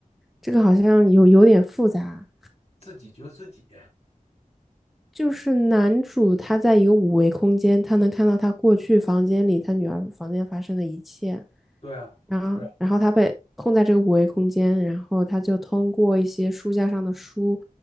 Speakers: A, in the centre; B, on the left.
A: 这个好像有有点复杂。
B: 自己救自己，
A: 就是男主他在一个五维空间，他能看到他过去房间里他女儿房间发生的一切，
B: 对啊，
A: 然后然后他被困在这个五维空间，
B: 是啊，
A: 然后他就通过一些书架上的书